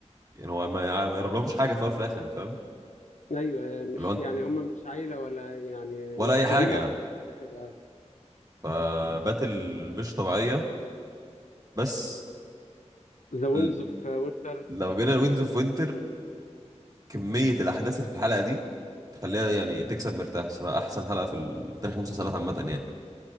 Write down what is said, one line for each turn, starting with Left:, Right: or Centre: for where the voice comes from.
Right: يعني هو ما ما يقربلهمش حاجه في الاول وفي الاخر انت فاهم
Left: أيوه مش
Right: ولا انت
Left: يعني هم مش عيلة ولا يعني
Right: ولا
Left: مش
Right: اي
Left: قبيلة
Right: حاجه
Left: واحدة كده
Right: فباتل مش طبيعيه بس
Left: ذا ويندز
Right: ل-
Left: اوف وينتر
Right: لو جينا لوينز اوف وينتر كميه الاحداث اللي في الحلقه دي تخليها يعني تكسب مرتاح صراحه احسن حلقه في ال- تاريخ المسلسلات عامه يعني